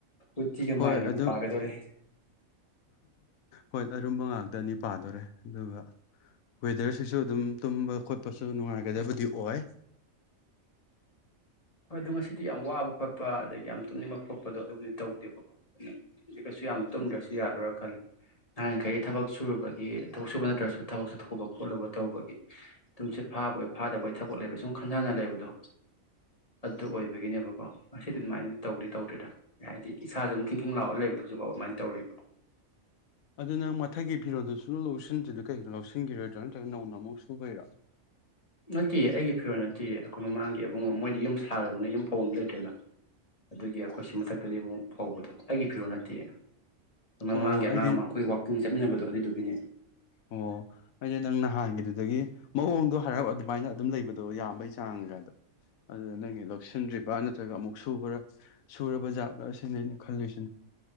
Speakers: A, on the left (about 25°); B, on the left (about 80°).
A: ꯎꯇꯤꯒ
B: ꯍꯣꯏ
A: ꯃꯥꯏꯔꯦꯟꯒ
B: ꯑꯗꯨ
A: ꯄꯥꯒꯗꯧꯔꯤ
B: ꯍꯣꯏ ꯑꯔꯨꯝꯕ ꯉꯥꯛꯇ ꯅꯤ ꯄꯥꯗꯣꯔꯦ ꯑꯗꯨꯒ ꯋꯦꯗꯔꯁꯤꯁꯨ ꯑꯗꯨꯝ ꯇꯨꯝꯕ ꯈꯣꯠꯄꯁꯨ ꯅꯨꯡꯉꯥꯏꯒꯗꯕꯗꯤ ꯑꯣꯏ
A: ꯍꯣꯏ ꯑꯗꯨꯣ ꯉꯁꯤꯗꯤ ꯌꯥꯝ ꯋꯥꯕ ꯈꯣꯠꯄ ꯑꯗꯒꯤ ꯌꯥꯝ ꯇꯨꯝꯅꯤꯡꯕ ꯈꯣꯠꯄꯗꯣ ꯑꯗꯨꯕꯨꯗꯤ ꯇꯧꯗꯦꯕꯀꯣ ꯑꯗꯨ ꯀꯩꯁꯨ ꯌꯥꯝ ꯇꯨꯝꯗ꯭ꯔꯁꯨ ꯌꯥꯗꯣꯔꯥ ꯈꯜꯂꯤ ꯅꯍꯥꯟꯈꯩ ꯊꯕꯛ ꯁꯨꯔꯨꯕꯒꯤ ꯊꯕꯛ ꯁꯨꯕ ꯅꯠꯇ꯭ꯔꯁꯨ ꯊꯕꯛ ꯆꯠꯊꯣꯛꯂꯨꯕ ꯈꯣꯠꯂꯨꯕ ꯇꯧꯕꯒꯤ ꯇꯨꯝꯁꯤꯠ ꯐꯥꯕꯣꯏ ꯐꯥꯗꯕꯣꯏ ꯊꯕꯛ ꯂꯩꯕ ꯁꯨꯝ ꯈꯟꯖꯅ ꯂꯩꯕꯗꯣ ꯑꯗꯨ ꯑꯣꯏꯕꯒꯤꯅꯦꯕꯀꯣ ꯉꯁꯤꯗꯤ ꯑꯗꯨꯃꯥꯏꯅꯗꯤ ꯇꯧꯗꯤ ꯇꯧꯗꯦꯗ ꯍꯥꯏꯗꯤ ꯏꯁꯥꯥꯁꯤ ꯑꯗꯨꯝ ꯈꯤꯡꯈꯡ ꯂꯥꯎꯔꯒ ꯂꯩꯕꯗꯣ ꯍꯧꯖꯤꯛꯐꯥꯎ ꯑꯗꯨꯃꯥꯏꯅ ꯇꯧꯔꯤꯕ
B: ꯑꯗꯨ ꯅꯪ ꯃꯊꯛꯒꯤ ꯐꯤꯔꯣꯟꯜꯗꯨ ꯁꯨ ꯂꯧ ꯂꯧꯁꯤꯟꯗ꯭ꯔꯤꯗꯣ ꯀꯩꯒꯤꯅꯣ ꯂꯧꯁꯤꯟꯈꯤꯔꯣꯏꯗ꯭ꯔꯣ ꯅꯇ꯭ꯔꯒ ꯅꯧꯅ ꯑꯃꯨꯛ ꯁꯨꯕꯩꯔꯣ
A: ꯅꯠꯇꯦ ꯑꯩꯒꯤ ꯐꯤꯔꯣꯜ ꯅꯠꯇꯦꯌꯦ ꯑꯩꯈꯣꯏ ꯃꯃꯥꯡꯒꯤ ꯏꯕꯨꯡꯉꯣ ꯃꯣꯏꯗꯤ ꯌꯨꯝ ꯁꯥꯔꯕꯅ ꯌꯨꯝ ꯐꯧ ꯕꯝ ꯂꯩꯇ꯭ꯔꯦꯅ ꯑꯗꯨꯒꯤ ꯑꯩꯈꯣꯏ ꯁꯤ ꯃꯊꯛꯇꯗꯤ ꯑꯃꯨꯛ ꯐꯧꯕꯗꯣ ꯑꯩꯒꯤ ꯐꯤꯔꯣꯜ ꯅꯠꯇꯤꯌꯦ ꯃꯃꯥꯡꯒꯤ
B: ꯑꯣ
A: ꯑꯉꯥꯡ
B: ꯑꯩꯗꯤ
A: ꯑꯃ ꯑꯩꯈꯣꯏ ꯋꯥꯛꯀꯤꯡ ꯆꯠꯃꯤꯟꯅꯕꯗꯣ ꯑꯗꯨꯢꯗꯨꯒꯤꯅꯦ
B: ꯑꯣ ꯑꯩꯗꯤ ꯅꯪ ꯅꯍꯥꯟꯒꯤꯗꯨꯅꯦ ꯑꯗꯨꯗꯒꯤ ꯃꯑꯣꯡꯗꯣ ꯍꯥꯏꯔꯥꯞ ꯑꯗꯨꯃꯥꯏꯅ ꯑꯗꯨꯝ ꯂꯩꯕꯗꯣ ꯌꯥꯝꯕꯩ ꯆꯥꯡꯒꯗꯣ ꯑꯗꯨꯗ ꯅꯪꯒꯤ ꯂꯧꯁꯤꯟꯗ꯭ꯔꯤꯕ ꯅꯠꯇ꯭ꯔꯒ ꯑꯃꯨꯛ ꯁꯨꯕ꯭ꯔ ꯁꯨꯔꯕ ꯖꯥꯠꯂ ꯑꯁꯤꯅꯦ ꯑꯩꯅ ꯈꯜꯂꯤꯁꯤ